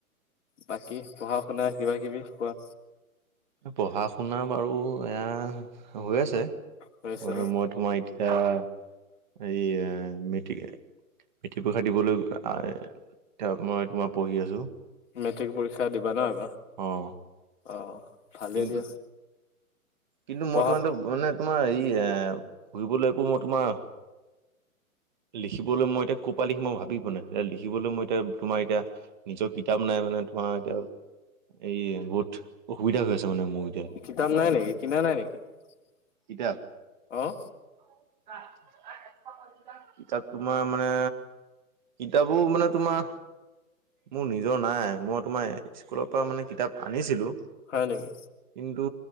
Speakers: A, on the left (about 55°); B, on the right (about 30°).
A: বাকী পঢ়া শুনা কিবা কিবি কোৱা?
B: পঢ়া শুনা বাৰু এয়া হৈ আছে।
A: হৈছে
B: ম
A: ন
B: মই তোমাৰ এতিয়া এই <unintelligible> পৰীক্ষা দিবলৈ মই তোমাৰ পঢ়ি আছোঁ
A: মেট্ৰিক পৰীক্ষা দিবা নহ এবাৰ,
B: অ'
A: অ' ভালেই
B: কিন্তু
A: দিয়া।
B: কিন্তু মই
A: পঢ়া
B: <unintelligible> মানে তোমাৰ হেৰি ফুৰিবলৈ একো মই তোমাৰ। লিখিবলৈ মই এতিয়া ক'ৰ পৰা লিখিম মই ভাবি পোৱা নাই এ লিখিবলৈ মই এতিয়া তোমাৰ এতিয়া নিজৰ কিতাপ নাই মানে তোমাৰ এতিয়া এই বহুত। অসুবিধা হৈ আছে মানে মোৰ এতিয়া।
A: কিতাপ নাই নেকি <inaudible>
B: কিতাপ।
A: অহ।
B: <unintelligible> তাত তোমাৰ মানে কিতাপৰ মানে তোমাৰ। মোৰ নিজৰ নাই মই তোমাৰ স্কুলৰ পৰা মানে কিতাপ আনিছিলোঁ।
A: হয় নেকি?
B: কিন্তু